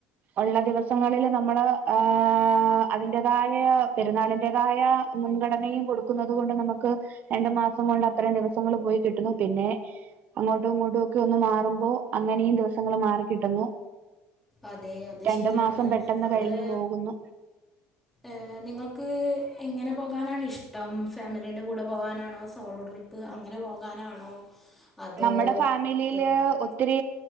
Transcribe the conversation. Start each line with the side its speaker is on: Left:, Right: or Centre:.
Right: ഉള്ള ദിവസം ദിവസങ്ങളില് നമ്മള് ഏഹ അതിന്റേതായ പെരുന്നാളിന്റേതായ മുൻഗണനയും കൊടുക്കുന്നത് കൊണ്ട് നമുക്ക് രണ്ടു മാസം കൊണ്ട് അത്രം ദിവസങ്ങള് പോയി കിട്ടുന്നു പിന്നെ അങ്ങോട്ടും ഇങ്ങോട്ടും ഒക്കെ ഒന്ന് മാറുമ്പോ അങ്ങനെയും ദിവസങ്ങള് മാറി കിട്ടുന്നു
Centre: അതെ അത്
Right: രണ്ടു
Centre: ശരിയാണ്
Right: മാസം പെട്ടെന്ന്
Centre: നമ്മള്
Right: കഴിഞ്ഞു പോകുന്നു
Centre: ഏഹ് നിങ്ങൾക്ക് എങ്ങനെ പോകാനാണ ഇഷ്ടം ഫാമിലീന്റെ കൂടെ പോകാനാണോ സോളോ ട്രിപ്പ് അങ്ങനെ പോകാനാണോ അതോ
Right: നമ്മുടെ ഫാമിലിയില്
Centre: ഏഹ്
Right: ഒത്തിരി